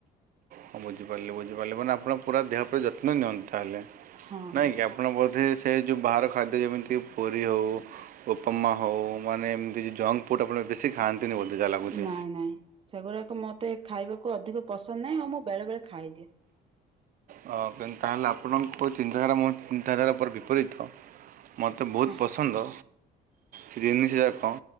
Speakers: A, on the right; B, on the right.
A: ହଁ ବୁଝିପାରିଲେ ବୁଝିପାରିଲେ ମାନ ଆପଣ ପୁରା ଦେହ ପୁରା ଯତ୍ନ ନିଅନ୍ତ ତାହାେଲେ?
B: ହଁ
A: ନାଇଁ
B: ହଁ
A: କିି ଆପଣ ବୋଧେ ସେ ଯୋଉ ବାହାର ଖାଦ୍ୟ ଯେମିତି ପୁରୀ ହଉ ଉପପମା ହଉ ମାନେ ଏମିତି ଜଙ୍କ ଫୁଡ଼୍ ଆପଣ ବେଶୀ ଖାନ୍ତିିନି ବୋଧେ। ଯାହା ଲାଗୁଛି।
B: ନାଇଁ ନାଇଁ ସେଗୁଡାକ ମତେ ଖାଇବାକୁ ଅଧିକ ପସନ୍ଦ ନାହିଁ। ଆଉ ମୁଁ ବେଳେ ବେଳେ ଖାଇଦିଏ।
A: ହ, ତାହେଲେ ଆପଣଙ୍କ ଚିନ୍ତାଧାରା ମୋ ଚିନ୍ତାଧାରା ପୁରା ବିପରୀତ। ମୋତେ ବହୁତ
B: ହଁ
A: ପସନ୍ଦ। ସେ ଜିନିଷ ଯାକ।